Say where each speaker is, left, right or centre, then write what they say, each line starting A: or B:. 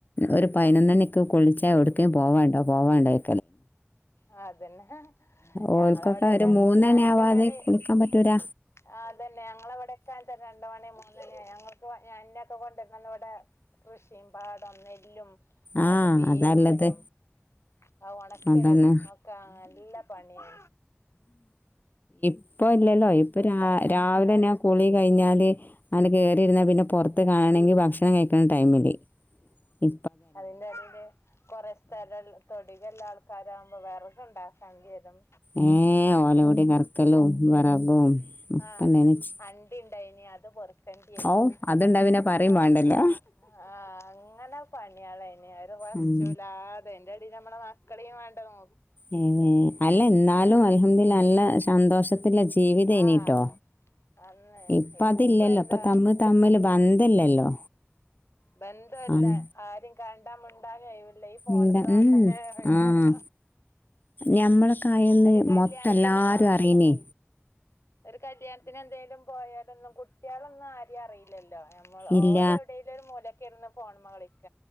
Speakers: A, on the left; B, on the left.
A: ഒരു പയ്നൊന്നണി ക്ക്കുൾച്ചാ യോട്ക്കേ പോവാണ്ടാ പോവാണ്ടോയ്
B: ആഹ് അതന്നെ ഞങ്ങളവിടൊക്കെ
A: ഓൾക്കൊക്കെ ഒരു മൂന്നണി
B: രണ്ട്മണി
A: ആവാതെ കുളിക്കാൻ പറ്റൂല
B: ആ അതന്നെ ഞങ്ങളവിടൊക്കാ അങ്ങൻതന്നെ രണ്ട്മണി ണി മൂന്നണി ആയാ ഞങ്ങക്ക് ന്നൊക്കെ കൊണ്ടന്നന്ന് വടെ കൃഷിം പാടം നെല്ലും
A: ആ
B: അത് പീങ്ങലും
A: അതല്ലത്
B: അത്‌ ഒണക്കലും
A: അതാണ്
B: ഒക്കെ നല്ല പണിയാ
A: ഇപ്പോ ഇല്ലല്ലോ ഇപ്പൊ രാ രാവിലെ
B: അവിടെ
A: ഞാ കുളി കഴിഞ്ഞാൽ തീ ആണ്ട് കേറി ഇര്ന്നാപിന്നെ പൊർത്ത് കാണെങ്കി ഭക്ഷ ക്ഷണം കഴിക്ക്ണ ടൈമില് ഇ
B: അതിന്റെടീല് കൊറേ സ്ഥലല്ല തൊടി എല്ലാ ആൾക്കാരാകുമ്പോ വെറകുണ്ടാക്കണ്ടിരും
A: ഏ ഓലോടി കറക്കലും വിറകും ഒക്കെണ്ടായ്നിച്ച്
B: ആഹ് അണ്ടി ഇണ്ടായിനി അത് പൊറുക്കേണ്ടി വരും
A: ഔ അതുണ്ടായാ പിന്നെപറിം മാണ്ടല്ലോ
B: അങ്ങ ആഹ് അങ്ങനെ പണിയാളേയ്ന് ഒരു വശൂലാ
A: ഉം
B: പെയിന്റ് തി നമ്മടെ മക്കളീം വേണ്ടെ നോ
A: ഏ അല്ല ന്നാലും അൽഹംദുലില്ലാഹ് നല്ല സന്തോഷത്തില്ല ജീവിതേയ്ന്ന്ട്ടോ
B: ആഹ് അന്ന്
A: ഇപ്പതില്ലല്ലോ
B: ഇപ്പ എന്താ
A: ഇപ്പൊ തമ്മിതമ്മില് ബന്ധല്ലല്ലോ
B: ബന്ധല്ല
A: ആഹ്
B: ആരേം കണ്ടാ മുണ്ടാനൊഴിവില്ല ഈ ഫോണ്ക്ക്
A: എന്താ
B: നോക്കലേ
A: ഉം
B: ഒയ്
A: ആഹ്
B: വുള്ളൂ
A: ഞമ്മളൊക്കെ ആയന്ന്
B: ഒരു കല്യാണത്തിനോ
A: മൊത്തം എല്ലാരും അറിയണേ
B: ഒരു കല്യാണത്തിന് എന്തെലും പോയാലൊന്നും കുട്ട്യാളൊന്നും ആ യ്യറില ല്ല നമ്മൾ
A: ഇല്ല
B: ഓലെവിടെ ഒരു മൂലക്കരിന്ന് ഫോൺമ്മക്കളി